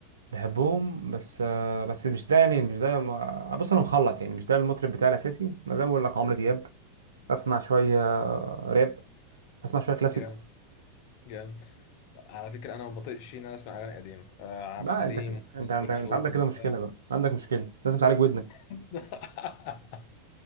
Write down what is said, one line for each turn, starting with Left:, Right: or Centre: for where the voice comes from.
Right: بحبهم بس آه، بس مش ده يعني مش ده ما- بص انا مخلط يعني مش ده المطرب بتاعي الاساسي انا زي ما بقول لك عمرو دياب اسمع شويه راب اسمع شويه كلاسيك
Left: جامد جامد على فكرة انا ما بطيقش ان انا اسمع اغاني قديمة آه، عبد
Right: لا
Left: الحليم
Right: انت انت انت,
Left: ام كلثوم
Right: انت عندك كده
Left: وبتاع
Right: مشكله بقى عندك مشكله لازم تعالج ودنك
Left: <laughs>